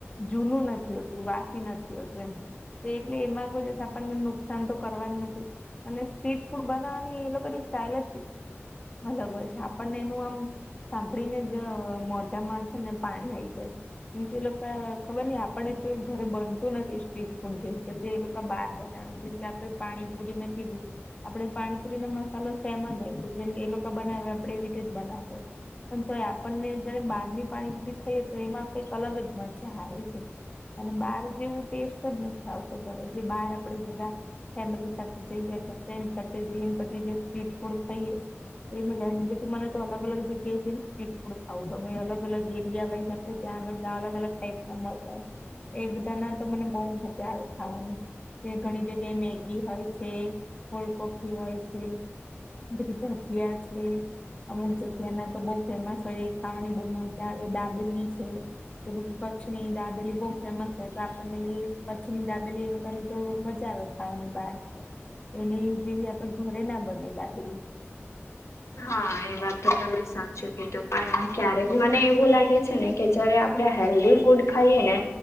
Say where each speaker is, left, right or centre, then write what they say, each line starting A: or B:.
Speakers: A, on the left; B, on the left.
A: જૂનું નથી હોતું, વાસી નથી હોતું એમ. તે એટલે એમાં કોઈ દિવસ આપણને નુકસાન તો કરવાનું નથી અને સ્ટ્રીટફૂડ બનાવવાની એ લોકોની સ્ટાઇલ જ <unintelligible> અલગ હોય છે, આપણને એનું આમ સાંભળીને જ મો ઢામા છે ને પાણી આઈ જાય, જે લોકો ખબર ન આપડે તો ઘરે બનતું નથી સ્ટ્રીટફૂડ જે તો જે લોક બહાર બનાવું જે કે આપણે પાણી પુરી મે કીધું આપણેે પાણીપુરીનો મસાલો સેમ જ હોય છે, જેમ એ લોકો બનાવે આપણે એવી રીતે જ બનાવતા, હોય પણ તોઈ આપણને જયારે બહારની પાણીપૂરી ખાઈએ તો એમાં કંઈક અલગ જ મજા આવે છે. અને બહાર જેવો ટેસ્ટ જ નથી આવતો ધરે, જે બહાર આપડે બધા ફેમિલી <unintelligible> જઈએ તો <unintelligible> જે સ્ટ્રીટફૂડ ખાઈએ, એ મજા કે મને તો અલગ અલગ જગ્યાએ જેમ સ્ટ્રીટફૂડ ખાવુ ગમે અલગ અલગ એરિયા <unintelligible> ત્યાં અલગ અલગ ટાઈપના મળતા‌ હોય. એ બધાના તો મને બહુ મજા આવે ખાવાની, તે ઘણી જગ્યાએ મેગી હોય છે, કોલ્ડ કોફી હોય છે. પછી ભજીયા છે, અમુક જગ્યા ના તો બઉ ફેમસ હોય ખાવાની બહુ મજ આવે, દાબેલી છે. કચ્છની દાબેલી બહુ ફેમસ છે, તો આપણને એ કચ્છની દાબેલીને એ લોકોને તો મજા આવે ખાવાની બાર એની જેવી આપડે ઘરે ના બને દાબેલી
B: હા એ વાત તો તમે સાચું કીધું પણ ક્યારેક મને એવું લાગે છે ને, કે જયારે આપણે હેલ્ધી ફૂડ ખાઈએ ને,